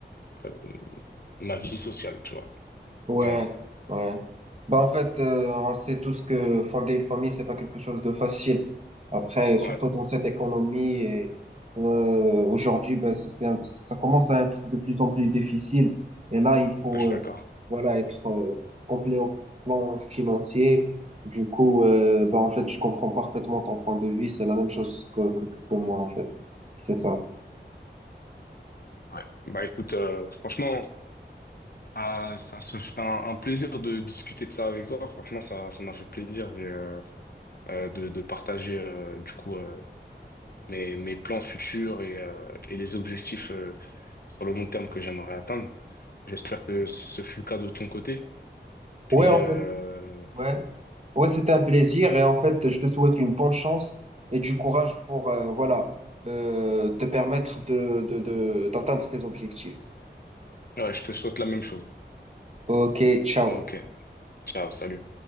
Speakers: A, on the left; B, on the right.
A: euh, ma vie sociale, tu vois.
B: Ouais,
A: Voilà.
B: ouais. Bah, en fait, euh, on sait tous que fonder une famille, c'est pas quelque chose de facile. Après, surtout
A: Ouais,
B: dans cette économie, et, euh, aujourd'hui, ben, c'est, c'est un- ça commence à être de plus en plus difficile. Et là, il faut,
A: je suis
B: euh,
A: d'accord.
B: voilà, être euh, complet au plan financier. Du coup, euh, bah, en fait, je comprends parfaitement ton point de vue. C'est la même chose que, que, que que moi, en fait. C'est ça.
A: Ouais. Bah écoute, euh, franchement. Ça, ça se fait un, un plaisir de discuter de ça avec toi. Franchement, ça, ça m'a fait plaisir et, euh, euh, de, de partager euh, du coup euh, mes, mes plans futurs et, euh, et les objectifs euh, sur le long terme que j'aimerais atteindre. J'espère que ce fut le cas de ton côté. Puis,
B: Ouais, en
A: euh,
B: fait, ouais. Ouais, c'était un plaisir et en fait, je te souhaite une bonne chance et du courage pour euh, voilà euh, te permettre de, de, de, d'atteindre tes objectifs.
A: ouais, je te souhaite la même chose.
B: Ok, ciao.
A: Ok. Ciao, salut.